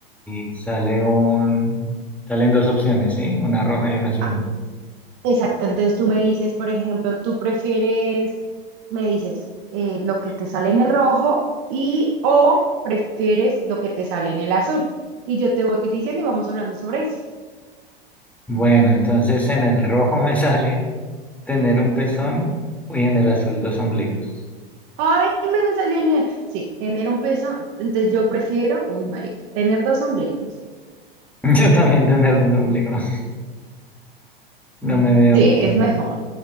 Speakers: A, in the centre; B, on the right.
A: y sale un, salen dos opciones, ¿sí? Una roja y una azul.
B: Ah, Exacto, entonces tú me dices, por ejemplo, tú prefieres, me dices eh, lo que te sale en el rojo y o prefieres lo que te sale en el azul. Y yo te voy diciendo y vamos hablando sobre eso.
A: Bueno, entonces en el rojo me <laughs> sale tener un pezón y en el azul dos ombligos.
B: Ay, me, me salió el... Sí, tener un peso, entonces yo prefiero, uy, marica, tener dos ombligos.
A: <laughs> Yo también tener dos ombligos. No me veo
B: Sí,
A: con,
B: es mejor.